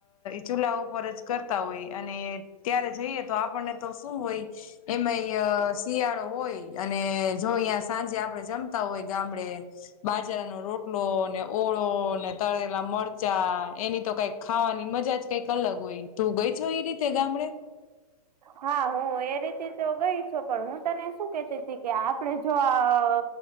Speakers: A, on the left (about 60°); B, on the right (about 85°).
A: ચૂલા ઉપર જ. કરતા હોય અને ત્યારે જઈએ તો આપણને તો શું હોય. એમાં અ શિયાળો હોય અને જો અહીં સાંજે આપડે જમતા હોય ગામડે. બાજરાનો રોટલો. ઓળો ને તળેલા મરચા એની તો કઈક ખાવાની મજા કઈક અલગ હોય. તું ગઈ છો એ રીતે ગામડે?
B: હા હું એ રીતે તો ગઈ છું પણ હું તને શું કેતી હતી કે આપડે જો આ